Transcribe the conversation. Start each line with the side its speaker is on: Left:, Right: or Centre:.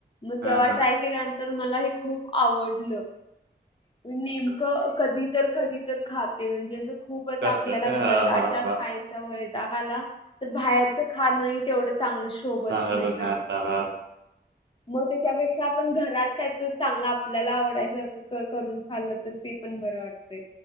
Left: मग
Right: हां,
Left: तेव्हा
Right: हां.
Left: ट्राय केल्यानंतर मला हे खूप आवडलं. म नेमकं
Right: बरोबर.
Left: कधी तर कधी तर खाते म्हणजे अस खूपच
Right: करतात
Left: आपल्याला
Right: का?
Left: घराच्या
Right: हां, हां,
Left: खाय
Right: हां.
Left: वला तर बाहेरचं खाण तेवढं चांगलं बत
Right: सांगायला
Left: नाहीना
Right: नाही आता. हां, हां,
Left: मग त्याच्यापेक्षा आपण घरात, काय तर चांगलं आपल्याला आवडायसारखं करून खाल्लं तर ते पण बरं वाटतं.